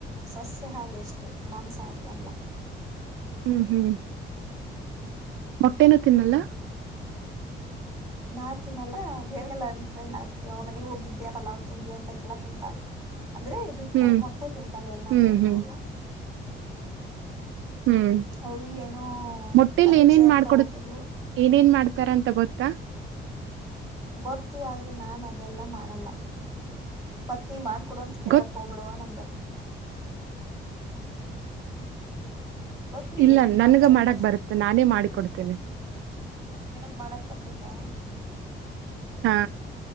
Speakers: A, on the right; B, on the right.
A: ಸಸ್ಯಾಹಾರಿ ಅಷ್ಟೇ ಮಾಂಸಹಾರಿ ಅಲ್ಲ
B: ಹ್ಮ್ ಹ್ಮ್ ಮೊಟ್ಟೇನ ತಿನ್ನಲ್ಲ
A: ನಾ ತಿನ್ನಲ್ಲ ಹೇಳಲ್ಲ ನಂದ ಫ್ರೆಂಡ್ ಆಕಿ ಅವ ಮನೆಗ್ ಹೋಗಿದ್ದೆ ಪಲಾವ್ ತಿಂದ್ವಿ ಹಾಕಿ ಏಲ್ಲಾ ತಿಂತಾಳ ಅಂದ್ರೆ ಇದು ತಿನ್ನಳ
B: ಹ್ಮ್
A: ಮೊಟ್ಟೆ ತಿಂತಾಳೆ ಎಲ್ಲಾ
B: ಹ್ಮ್
A: ಅಂದ್ರೆಲ್ಲ
B: ಹ್ಮ್
A: ಅಲ್ಲ
B: ಹ್ಮ್
A: ಅವಳು ಏನೋ
B: ಮೊಟ್ಟೇಲಿ
A: ಪರೀಕ್ಷೆ
B: ಏನೇನ್
A: ಅಂತ
B: ಮಾಡ್ಕೊಡ
A: ಹೋಗಿದ್ಲು
B: ಏನೇನ್ ಮಾಡ್ ತಾರಂತ ಗೊತ್ತಾ
A: ಗೊತ್ತು ಆದ್ರೆ ನಾ ಅದೆಲ್ಲ ಮಾಡಲ್ಲ ಪತ್ನಿ ಮಾಡ್ ಕೊಡು ಅಂತ ಕೇಳಕ್
B: ಗೊತ್ತ
A: ಹೋಗ್ಬೇಡ್ವ ನಂಗ ಗತ್
B: ಇಲ್ಲ
A: ಏನೇನ್ ಮಾಡ್ತಾರಂತ
B: ನನ್ಗ ಮಾಡಕ್
A: ಅಷ್ಟೇ
B: ಬರುತ್ತೆ ನಾನೇ ಮಾಡಿಕೊಡ್ತೇನೆ
A: ನಿನಗ್ ಮಾಡಕ್ ಬರ್ತೈತಿ ಹಾ
B: ಹಾ